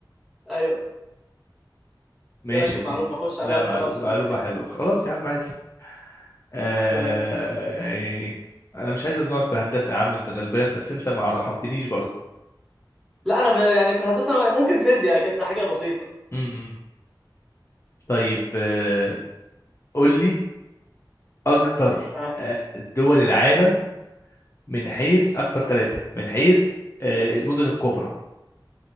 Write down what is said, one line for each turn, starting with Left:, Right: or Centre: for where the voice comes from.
Centre: ايوه
Left: ماشي
Centre: ايه رايك في المعلومه
Left: يا سيدي
Centre: خش عليها
Left: لا
Centre: انت
Left: معل-
Centre: بقى بسؤالك
Left: معلومة
Centre: يلا
Left: حلوة خلاص يا عم عادي آه...
Centre: تمام
Left: إيه. انا مش عايز ازنقك في هندسة يا عم انت غلبان بس انت ما رحمتنيش برضه
Centre: لا انا ب... يعني في الهندسه ممكن فيزياء كده حاجه بسيطه
Left: م- م. طيب آه... قول لي اكتر
Centre: ها
Left: آه، دول العالم من حيث اكتر ثلاثة من حيث آه، المدن الكبرى